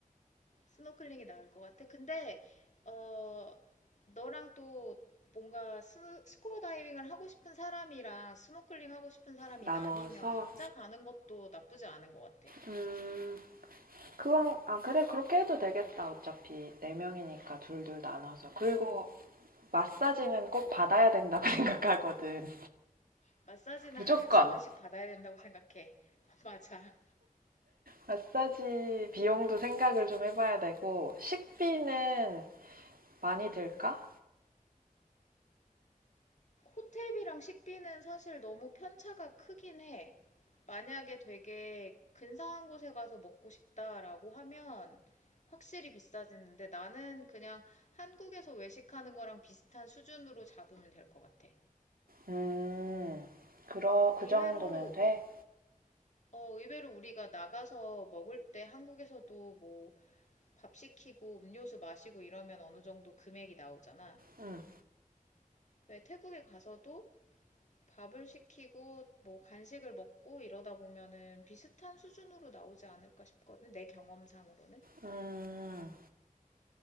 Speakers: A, on the left; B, on the right.
A: 스노클링이 나을 것 같아. 근데 어, 너랑 또 뭔가 스, 스쿠버 다이빙을 하고 싶은 사람이랑 스노클링 하고 싶은 사람이
B: 나눠서
A: 나뉘면 각자 가는 것도 나쁘지 않은 것 같아.
B: 음, 그건 아 그래 그렇게 해도 되겠다. 어차피 네 명이니까 둘 둘 나눠서. 그리고
A: 어,
B: 마사지는 꼭 받아야 된다고 <laughs> 생각하거든.
A: 마사지는
B: 무조건.
A: 하루에 두 번씩 받아야 된다고 생각해. <laughs> 맞아.
B: 마사지 비용도 생각을 좀 해봐야 되고, 식비는 많이 들까?
A: 호텔비랑 식비는 사실 너무 편차가 크긴 해. 만약에 되게 근사한 곳에 가서 먹고 싶다라고 하면 확실히 비싸지는데 나는 그냥 한국에서 외식하는 거랑 비슷한 수준으로 잡으면 될 것 같아.
B: 음, 그러, 그
A: 의외로,
B: 정도면 돼?
A: 어, 의외로 우리가 나가서 먹을 때 한국에서도 뭐 밥 시키고 음료수 마시고 이러면 어느 정도 금액이 나오잖아.
B: 음,
A: 왜 태국에 가서도 밥을 시키고 뭐 간식을 먹고 이러다 보면은 비슷한 수준으로 나오지 않을까 싶거든. 내 경험상으로는.
B: 음,